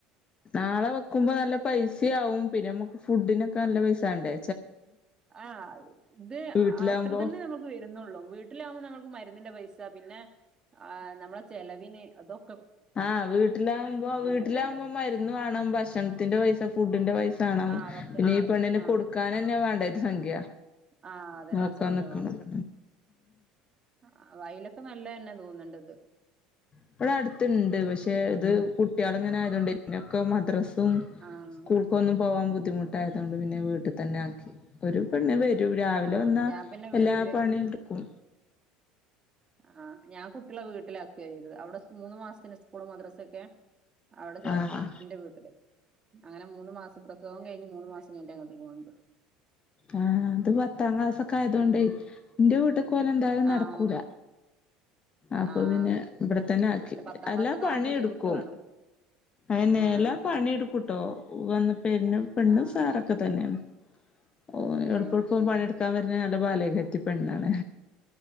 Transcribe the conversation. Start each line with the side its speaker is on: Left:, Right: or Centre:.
Left: ആളെ വെക്കുമ്പോ നല്ല പൈസയാവും പിന്നെ നമ്മുക്ക് ഫുഡിനൊക്കെ നല്ല പൈസ ആണ്ടേ
Right: ആ ഇത്
Left: വീട്ടിലാവുമ്പോ
Right: അത്ര തന്നെ നമുക്ക് വരുന്നുള്ളൂ വീട്ടിലാവകുമ്പോ നമുക്ക് മരുന്നിന്റെ പൈസ പിന്നെ് നമ്മളെ ചെലവിന് അതൊ
Left: ആ വീട്ടിലകുമ്പോ വീട്ടിലാകുമ്പോ
Right: തോന്നുന്നുണ്ട്
Left: മരുന്ന് വേണം ഭക്ഷണത്തിന്റെ പൈസ ഫുഡിന്റെ പൈസ കാണ
Right: ആഹ് ഭക്ഷണത്തിന്
Left: പിന്നെ ഈ
Right: പൈസ
Left: പെണ്ണിനെ
Right: ആഹ്
Left: കൊടുക്കാൻ തന്നെയ വേണ്ടാഒരു സംഖ്യ
Right: ആഹ് അതെ
Left: നോക്കാം
Right: ആ സംഖ്യ
Left: നിക്കണത്
Right: ആ അയ്ലൊക്കെ നല്ലതന്നെ തോന്നണ്ടത്
Left: ഇപ്പടെ അടുത്തണ്ട് പക്ഷെ ഇത് കുട്ടികൾ ഇങ്ങനെ ആയതൊണ്ട്ന്ന ക്ക മദ്രാസും
Right: ആഹ്
Left: സ്കൂൾക്ക ഒന്നും പോവാൻ ബുദ്ധിമുട്ടായതൊണ്ട് പിന്നെ വീട്ടിൽ തന്നെ ആി ഒരു പെണ്ണ് വരും രാ
Right: ആഹ്
Left: ല വന്ന
Right: ഞാൻ പിന്നെ
Left: എല്ലാ
Right: വീട്ടില്
Left: പണി എടുക്കും
Right: ആ ഞാൻ കുട്ടികളെ വീട്ടിലാക്കിയോ ചെയ്ത് അവിടെ മൂന്ന് മാസത്തിന് സ്കൂള് മദ്രാസൊക്കെ അവിടെ ചേർത്തി
Left: ആഹ്
Right: എന്റെ വീട്ടില് അങ്ങനെ മൂന്ന് മാസം പ്രസവം കഴിഞ്ഞഞ് മൂന്ന് മാസം കഴിഞ്ഞിട്ട് ഇങ്ങോട്ട് കൊണ്ടൊരു
Left: ആ അത് പത്താം ക്ലാസ്ഓക്കെ ആയതൊണ്ട്
Right: ഉം
Left: എന്റെ വീട്ട പോലെ എന്തായാലും നടക്കൂല
Right: ആഹ്
Left: അപ്പൊ
Right: ആഹ്
Left: പിന്നെ ഇവിടെത്തന്നെ ആക്കി
Right: പത്താം
Left: അല്ലാ
Right: ക്ലാസ്സൊക്കെ
Left: പണി
Right: ആവാൻ ബുദ്ധിമുട്ട്
Left: എടുക്കും
Right: കാണും
Left: അനലാ
Right: ആഹ്
Left: പണിയെടുക്കൂട്ടോ വന്ന പെരും പെണ്ണും
Right: ആഹ്
Left: ഉസാറൊക്കെ തന്നെയാണ് ഓ
Right: ഏഹ്
Left: എളുപ്പ എഴപ്പം പണിയെടുക്കാൻ വരുന്ന നല്ല ബല്യകത്തി പെണ്ണാണ്